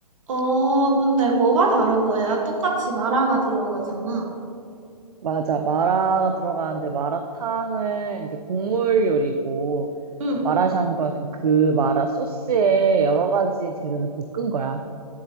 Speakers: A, on the right; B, on the right.
A: 어, 근데 뭐가 다른 거야? 똑같이 마라가 들어가잖아.
B: 맞아. 마라가 들어가는데 마라탕은 이제 국물 요리고
A: 응.
B: 마라샹궈는 그 마라 소스에 여러 가지 재료를 볶은 거야.